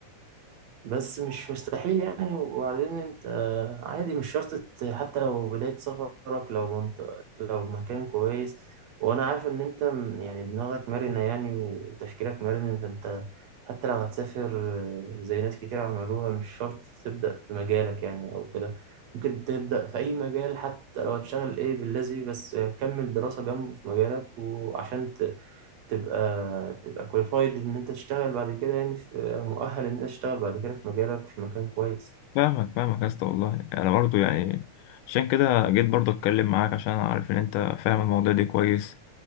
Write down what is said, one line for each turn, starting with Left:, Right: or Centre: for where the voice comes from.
Right: بس مش مستحيل يعني وبعدين انت آه، عادي مش شرط ت- حتى لو بداية سفرك لو منطقة لو مكان كويس وانا عارف ان انت م- يعني دماغك مرنة يعني وتفكيرك مرن فانت حتى لو هتسافر آه، زي ناس كتير عملوها مش شرط تبدأ في مجالك يعني او كده ممكن تبدأ في اي مجال حتى لو هتشتغل ايه باللازم بس كمل دراسة جنبه في مجالك وعشان تبقى تبقى كواليفايد ان انت تشتغل بعد كده يعني في مؤهل ان انت تشتغل بعد كده في مجالك في مكان كويس
Left: فاهمك فاهمك يا اسطى والله انا برضو يعني عشان كده جيت برضو اتكلم معاك عشان انا عارف ان انت فاهم الموضوع ده كويس